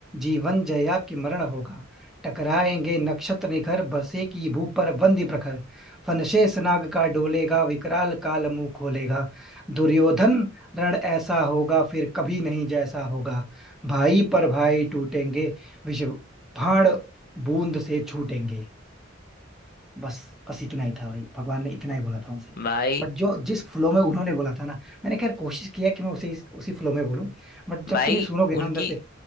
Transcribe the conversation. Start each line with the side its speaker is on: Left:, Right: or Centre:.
Centre: जीवन जया कि मरण होगा टकराएंगे नक्षत्र निखर बसे की भू पर बंदी प्रखर फनशेष नाग का डोलेगा विकराल काल मुंह खोलेगा दुर्योधन रण ऐसा होगा फिर कभी नहीं जैसा होगा भाई पर भाई टूटेंगे विष भाण बूंद से छूटेंगे बस बस इतना ही था भाई भगवान ने इतना ही बोला था उनसे
Left: भाई
Centre: बट जो जिस फ्लो में उन्होंने बोला था ना मैंने खैर कोशिश किया कि मैं उसे उसी फ्लो में बोलूं बट जब
Left: भाई
Centre: तुम ये सुनोगे ना
Left: उनकी
Centre: अंदर से